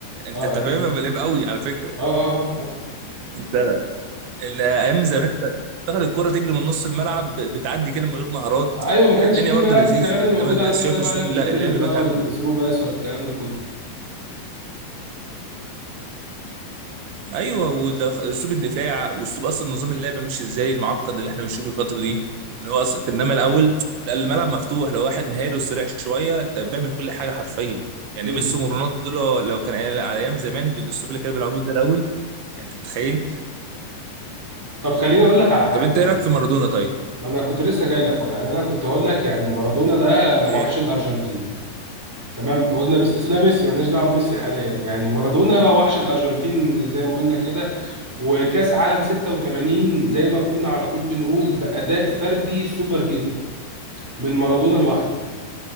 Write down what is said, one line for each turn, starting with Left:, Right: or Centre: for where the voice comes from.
Right: انت
Centre: اه
Right: أنت
Centre: اكيد
Right: فاهم هبقى لعيب قوي على فكره
Centre: اه اه اه
Right: انت الايام زمان كانت تاخد الكرة تجري من نص الملعب بتعدي كده من غير مهارات
Centre: اه ايوه ما
Right: كانت
Centre: كانش
Right: الدنيا
Centre: فيه
Right: برضه
Centre: بقى
Right: لذيذه
Centre: الكلام الموجود
Right: انما انت
Centre: عندنا
Right: شايف
Centre: ده بقى
Right: اسلوب
Centre: لا بتدريبل
Right: الل- اللعب
Centre: بقى
Right: دلوقتي
Centre: ولا
Right: عامل
Centre: بتثرو
Right: ازاي
Centre: بس ولا الكلام ده كله
Right: ايوه والدخ- اسلوب الدفاع واسلوب اصلا نظام اللعب ماشي ازاي المعقد اللي احنا بنشوفه الفتره دي ان هو اصلا انما الاول لا الملعب مفتوح لو واحد مهاري وسريع شويه انت بيعمل كل حاجه حرفيا يعني
Centre: امم
Right: ميسي ورونالدو دول لو لو كان على ايام زمان بالاسلوب اللي كانوا بيلعبوه ده الاول يعني انت متخيل
Centre: طب خليني اقول لك على حاجه
Right: طب انت
Centre: يعني
Right: ايه رايك في مارادونا طيب
Centre: ما انا كنت لسه جاي لك اهو يعني انا كنت هقول لك يعني مارادونا ده
Right: إيه؟
Centre: وحش الارجنتين تمام قلنا باستثناء ميسي مالناش دعوه بميسي حاليا يعني مارادونا وحش الارجنتين زي ما قلنا كده وكاس عالم 86 زي ما كنا على طول بنقول باداء فردي سوبر هيرو من مارادونا لوحده